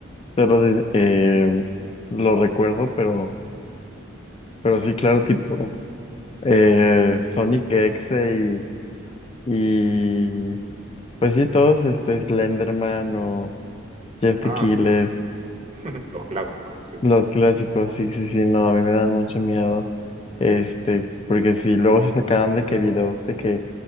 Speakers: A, on the left; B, on the right.
A: solo de- eh, lo recuerdo, pero, pero sí, claro, tipo eh, Sonic X y, y pues sí, todos este Slenderman o Jeff the
B: Ah,
A: Killer
B: sí. <laughs> Los clásicos, sí.
A: Los clásicos, sí, sí, sí, no, a mí me dan mucho miedo, este, porque si luego se sacaban de que videos de que